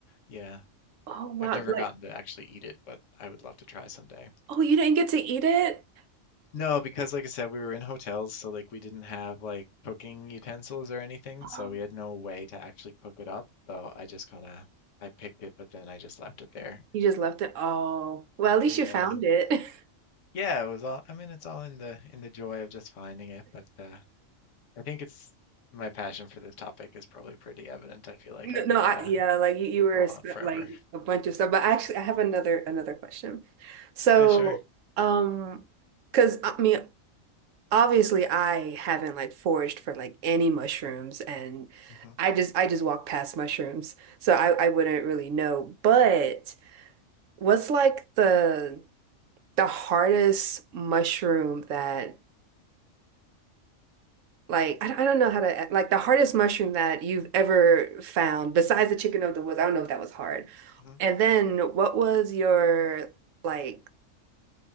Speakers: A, on the left; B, on the right.
A: Yeah.
B: Oh wow.
A: I've never
B: Like,
A: gotten to actually eat it, but I would love to try someday.
B: oh, you didn't get to eat it?
A: No, because like I said, we were in hotels, so like we didn't have like cooking utensils or anything,
B: Oh,
A: so we had no way to actually cook it up. So I just kind of I picked it, but then I just left it there.
B: You just left it. Oh, well, at least
A: Yeah.
B: you found it. <laughs>
A: Yeah, it was all, I mean, it's all in the in the joy of just finding it, but uh I think it's my passion for this topic is probably pretty evident. I feel like
B: No,
A: I could
B: no, I,
A: uh,
B: yeah, like you, you were
A: go on
B: sp-
A: forever.
B: like a bunch of stuff. But actually, I have another another question. So,
A: Yeah, sure.
B: um, because I mean, obviously I haven't like foraged for like any mushrooms and
A: hmm
B: I just I just walk past mushrooms. So I I wouldn't really know. But what's like the the hardest mushroom that like I, I don't know how to like the hardest mushroom that you've ever found besides the chicken of the woods. I don't know if that was hard.
A: hmm
B: And then what was your like